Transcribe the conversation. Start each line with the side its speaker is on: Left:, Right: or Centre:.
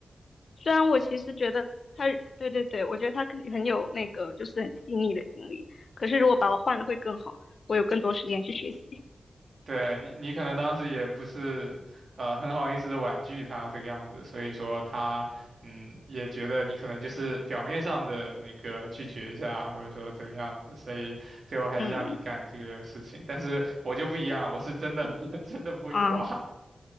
Left: 虽然我其实觉得他，对对对，我觉得他肯定很有那个，就是很细腻的经历。可是如果把我换了会更好，我有更多时间去学习。
Right: 对你，你可能当时也不是呃很好意思的婉拒他这个样子，所以说他嗯也觉得你可能就是表面上的那个拒绝一下，或者说怎么样子，所以最后还是让你干这个事情。
Left: 嗯
Right: 但是我就不一样，我是真的 <laughs> 真的不会画。
Left: 啊，